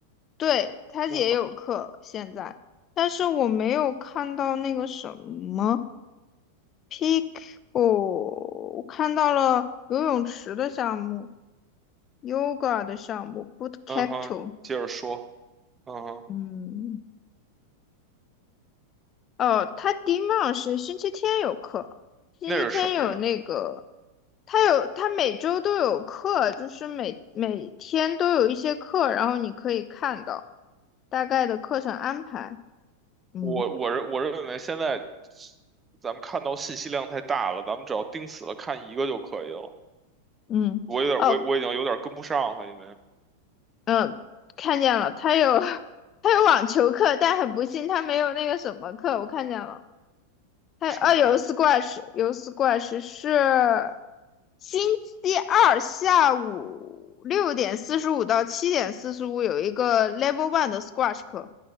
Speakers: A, on the left; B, on the right.
A: 对，它也有课现在，
B: 嗯哼，
A: 但是我没有看到那个什么 p e a k 哦，我看到了游泳池的项目，yoga 的项目，boot capital，
B: 嗯哼，接着说，嗯哼，
A: 嗯。哦，他第一浪是星期天有课，星期天有那个，
B: 那是什么呀？
A: 他有他每周都有课，就是每每天都有一些课，然后你可以看到大概的课程安排。嗯
B: 我我认我认为现在咱们看到信息量太大了，咱们只要盯死了看一个就可以了。
A: 嗯，
B: 我有点，
A: 哦
B: 我我已经有点跟不上了，因为
A: 嗯，呃看见了，他有 <laughs> 他有网球课，但很不幸他没有那个什么课，我看见了。还有啊，
B: 什么呀？
A: 有 s 斯怪 h 有 s 斯怪 h 是星期二下午六点四十五到七点四十五有一个 Level One 的 Squash 课，